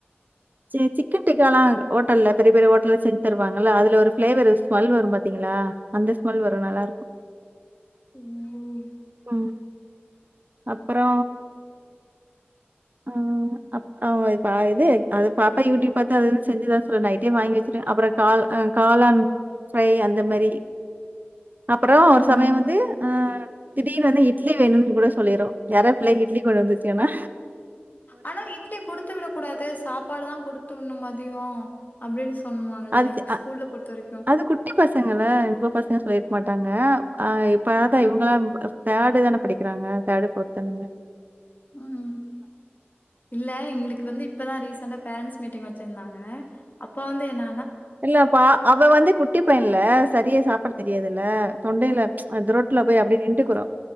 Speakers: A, on the right (about 45°); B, on the left (about 45°).
A: ச்செ சிக்கன் டிக்காலாம் ஹோட்டல்ல பெரிய பெரிய ஹோட்டல்ல செஞ்சு தருவாங்கள அதுல ஒரு பிளேவரு ஸ்மல் வரும் பாத்தீங்களா அந்த ஸ்மல் வரும் நல்லா இருக்கு
B: ம்.
A: உம் அப்பறோ அ ம் அ ப இது அது பாப்பா யூடியூப் பாத்து செஞ்சுதா சொன்னா நைட்டே வாங்கி வச்சிச்சிட்டே அப்பறோக் காள் ம் காளான் அந்த மேரி அப்பறம் ஒரு
B: ம்.
A: சமயம் வந்து ம் திடீர்னு வந்து இட்லி வேணுனு கூட சொ சொல்லிரு யாராது பிள்ளைங்க இட்லி கொண்டு வந்துருக்கன்னா
B: ஆனா இட்லி குடுத்து விடக் கூடாது சாப்பாடு தான் குடுத்துனு மதியோ அப்டின்னு சொன்னாங்களே
A: அது
B: ஸ்கூல்ல
A: அ
B: பொறுத்த வரைக்கு.
A: அது குட்டி பசங்கல்ல இப்ப பசங்க சொல்லி மாட்டாங்க ஆஹ் இப்ப ஆத்தா
B: அ
A: இவங்களாம் த்தாடு தான படிக்கிறாங்க த்தாடு ஃபோர்த் அந்தமாத்
B: ம் இல்ல எங்ளுக்கு வந்து இப்பதா ரீசண்டா பேரன்ட்ஸ் மீட்டிங் வச்சிர்ந்தாங்க அப்ப வந்து என்ன
A: இல்ல அப்ப ஆ அவ வந்து குட் டி பையன்ல சரியா சாப்பிட தெரியாதுல்ல தொண்டையில த்ரோட்ல போய் அப்படியே நின்ட்டுக்குரூ